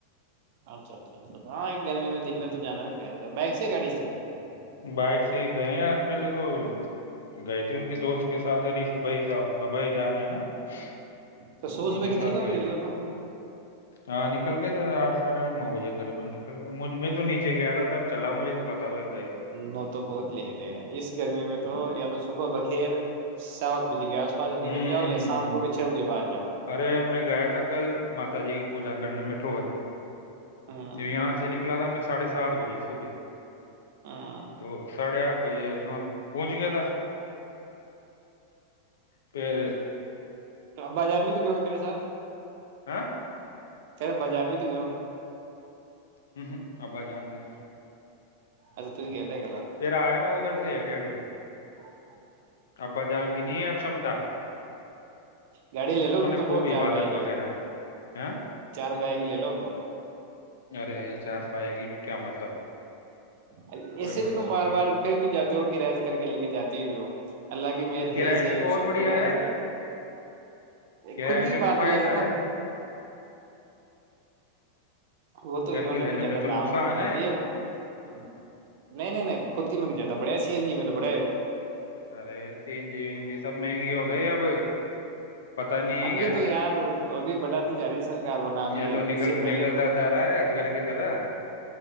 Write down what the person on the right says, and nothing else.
اچھا اچھا اچھا ہاں ایک گرمی میں دن میں تو جانا بھی ب رہ گا بائک سے گاڑی سے <unintelligible>
تو صبح
صبح
نکل
ہوں
گے جلدی
ہو تو
نو تو بہت لیٹ ہے اس گرمی میں تو یا تو صبح بخیر <unintelligible> ساؤتھ <inaudible> ب کے آس پا ہی
نک جاؤ یا شام کو بھی <unintelligible> چھ بجے بد <inaudible>
ہاں
ہاں
بازار میں تو گؤں تیرے سات
چلے بازار میں تو گیا ہووں گا
اچھا تو گیا تھا کل
ہاں
گاڑی لے لو تم تو
بہت چار
پ گی
اب
چار پ گی لے لو اب تو
ا
ایسے
بھی تم بار
بار کہیں بھی جاتے ہو کرایہ سے کر کے لے کے جاتے بھی ہو اللہ کی مر
ہے صحیح
سب
بڑے ہے صی
خود کی
بات
ہے لگے نا وہ تو
انہوں
نے
بھی زیادہ
داموں
بٹھا
دے نہیں نہیں نہیں خود کی زہ بڑیا سیین جی میں تو بڑا
اب
یہ تو یار ابھی بٹاتی جا رہی ہے سرک بنا ابھی
اس سے پہلے
ہم